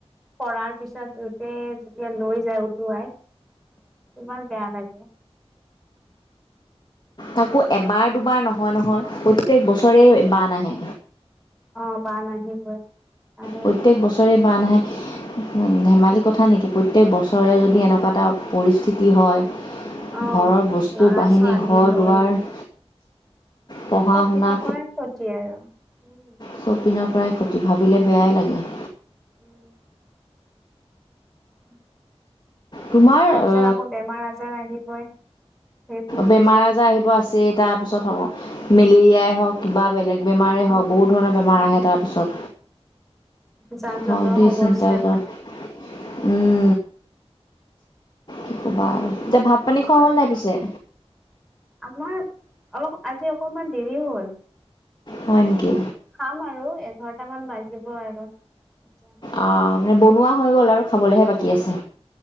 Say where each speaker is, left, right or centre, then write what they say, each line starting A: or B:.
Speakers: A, in the centre; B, on the left.
A: কৰাৰ পিছত সোঁতে যেতিয়া লৈ যায় উটুৱাই। ইমান বেয়া লাগ।
B: তাকো এবাৰ দুবাৰ নহয় নহয় প্ৰত্যেক বছৰেই বান আহে।
A: অ বান আহিবই। আহে
B: প্ৰত্যেক বছৰে বান আহে। ধেমালি কথা নেকি প্ৰত্যেক বছৰে যদি এনেকুৱা এটা পৰিস্থিতি হয়।
A: অ'
B: ঘৰৰ বস্তু
A: ল'ৰা
B: বাহিনী
A: ছোৱালী
B: ঘৰ
A: লৈ
B: দুৱাৰ। পঢ়া
A: চব
B: শুনা
A: পিনৰ পৰাই ক্ষতি আৰু উম।
B: চব পিনৰ পৰাই ক্ষতি ভাবিলে বেয়াই লাগে।
A: <inaudible> <inaudible>
B: তোমাৰ
A: তাৰপিছত
B: অ,
A: আকৌ বেমাৰ আজাৰ আহিবই সেইবোৰৰ
B: বেমাৰ-আজাৰ
A: পিছত
B: আহিব আছেই। তাৰপিছত হ'ব। মেলেৰিয়াই হওঁক, কিবা বেলেগ বেমাৰেেই
A: অ'
B: হওঁক। বহুত ধৰণৰ বেমাৰ আহে তাৰপিছত।
A: যান জঁটৰ
B: হয় দেই,
A: সমস্যা
B: চিন্তাই কৰ। উম। কি ক'বা আৰু তিয়া ভাত পানী খোৱা হ'ল নাই পিছে?
A: আমাৰ, অলপ আজি অকনমান দেৰি হ'ল।
B: হয় নেকি।
A: খাম আৰু এঘাৰটামান বাজিব আৰু। <unintelligible>
B: অ' মানে বনোৱা
A: উম,
B: হৈ গ'ল আৰু খাবলৈহে বাকী আছে।